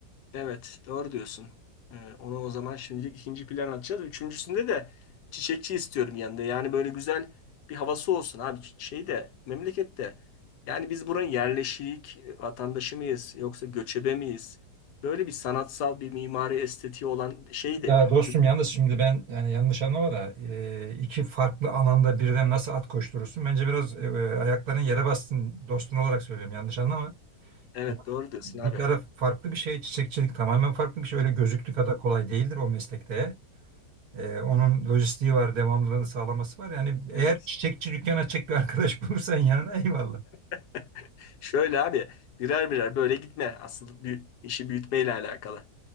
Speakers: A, on the left (about 75°); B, on the right (about 65°).
A: Evet, doğru diyorsun. Ee, onu o zaman şimdilik ikinci plan atacağız. Üçüncüsünde de çiçekçi istiyorum yanında. Yani böyle güzel bir havası olsun abi. Ç- Şeyde, memlekette. Yani biz buranın yerleşik e, vatandaşı mıyız yoksa göçebe miyiz? Böyle bir sanatsal bir mimari estetiği olan şey de
B: Ya
A: yok.
B: dostum
A: Dük-
B: yalnız şimdi ben yani yanlış anlama da e, iki farklı alanda birden nasıl at koşturursun? Bence biraz e, ayakların yere bastın dostun olarak söylüyorum yanlış anlama.
A: Evet,
B: Ya,
A: doğru diyorsun
B: Bir
A: abi.
B: taraf farklı bir şey, çiçekçilik tamamen farklı bir şey. Öyle gözüktüğü kadar kolay değildir o meslekte. Ee, onun lojistiği var, devamlılığını sağlaması var. Yani eğer
A: Evet.
B: çiçekçi dükkan açacak bir arkadaş <laughs> bulursan yanına eyvallah.
A: <laughs> Şöyle abi birer birer böyle gitme. Asıl büyü- işi büyütmeyle alakalı.